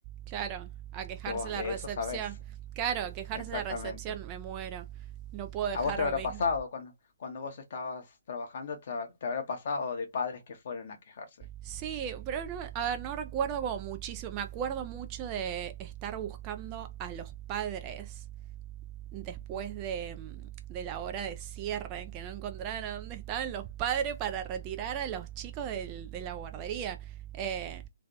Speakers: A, on the right; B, on the left.
A: Claro, a quejarse
B: que vos
A: la
B: de
A: recepción.
B: eso sabés
A: Claro, a quejarse
B: exactamente.
A: la recepción, me muero. No puedo dejarme.
B: A vos te habrá pasado, cuando, cuando vos estabas trabajando, te, ha- te habrá pasado de padres que fueron a quejarse.
A: Sí, pero no, a ver, no recuerdo como muchísimo. Me acuerdo mucho de estar buscando a los padres después de, mm, de la hora de cierre, que no encontraban a dónde estaban los padres para retirar a los chicos del- de la guardería. Eh,